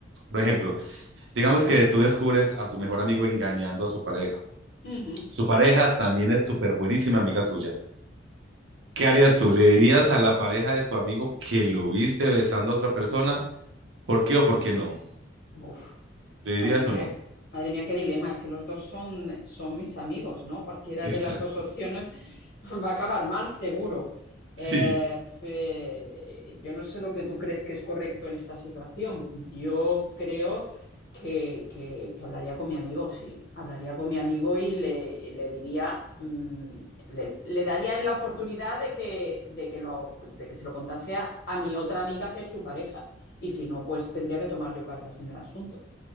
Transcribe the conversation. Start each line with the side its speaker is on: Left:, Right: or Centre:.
Right: Por ejemplo, Digamos que tú descubres a tu mejor amigo engañando a su pareja.
Left: Ujú.
Right: Su pareja también es súper buenísima amiga tuya. ¿Qué harías tú? ¿Le dirías a la pareja de tu amigo que lo viste besando a otra persona? ¿Por qué o por qué no?
Left: Uf.
Right: ¿Le dirías
Left: Madre mía,
Right: o no? <laughs>
Left: madre mía, qué dilema. Es que los dos son, son mis amigos, ¿no? Cualquiera de
Right: Exacto.
Left: las dos opciones <laughs> pues, va a acabar mal, seguro. Eh,
Right: Sí,
Left: fe- yo no sé lo que tú crees que es correcto en esta situación. Yo creo que, que- que hablaría con mi amigo, sí. Hablaría con mi amigo y le, y le diría, mm, le, le daría la oportunidad de que, de que lo, de que se lo contase a a mi otra amiga que es su pareja. Y si no, pues tendría que tomar yo cartas en el asunto.